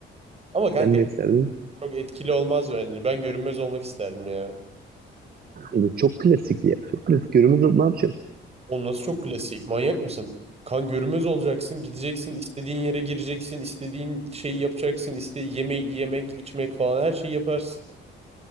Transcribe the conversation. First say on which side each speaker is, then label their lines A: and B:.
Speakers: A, on the right (about 30°); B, on the right (about 50°).
A: Ama kanka
B: Sen de isterdin.
A: çok etkili olmaz bence. Ben görünmez olmak isterdim ya.
B: Bu çok klasik ya. Çok klasik. Yürümez ne yapacağım?
A: Oğlum nasıl çok klasik? Manyak mısın? Kan görünmez olacaksın, gideceksin, istediğin yere gireceksin, istediğin şeyi yapacaksın, istediğin yemeği yemek, içmek falan her şeyi yaparsın.